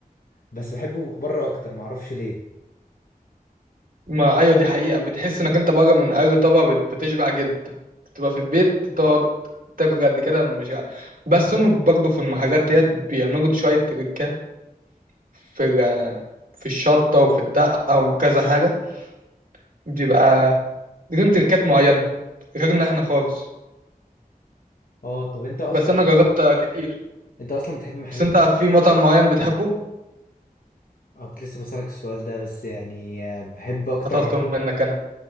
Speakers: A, on the left; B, on the right.
A: بس بحبه بره اكتر ما اعرفش ليه
B: ما ايوه دي حقيقه بتحس انك انت بره من اي طبق بت- بتشبع جدا بتبقى في البيت تقعد تاكل قد كده مش ع- بس هم برضه في المحلات ديت بيعملوا شويه تريكات في ال- في الشطه وفي الدقه وكذا حاجه بيبقى ليهم تركات معينة غيرنا احنا خالص
A: اه طب انت اصلا
B: بس انا جربت كتير
A: انت اصلا بتحب محلات
B: بس انت
A: إيه؟
B: في مطعم معين بتحبه
A: اه كنت لسه بسألك السؤال ده بس يعني آه، بحب اكتر
B: خطفته منك انا